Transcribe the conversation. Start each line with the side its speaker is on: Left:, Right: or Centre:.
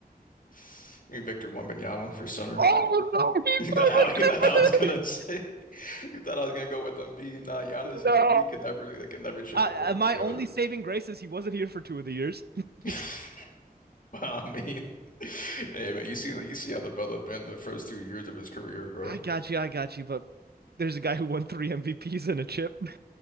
Left: give me Victor Wembanyama for center.
Right: Oh
Left: <laughs>
Right: no, he's
Left: You
Right: not
Left: thought I, you thought I was gonna
Right: a <laughs>
Left: say <laughs> you thought I was gonna go with Embiid. Nah, Giannis
Right: No.
Left: and Embiid could never they can never share
Right: Uh,
Left: the court
Right: uh, my
Left: together.
Right: only saving grace is he wasn't here for two of the years.
Left: <laughs>
Right: <laughs>
Left: But I mean, <laughs> hey man, you see you see how the brother been the first two years of his career, bro.
Right: I got you, I got you, but there's a guy who won three MVPs and a chip. <laughs>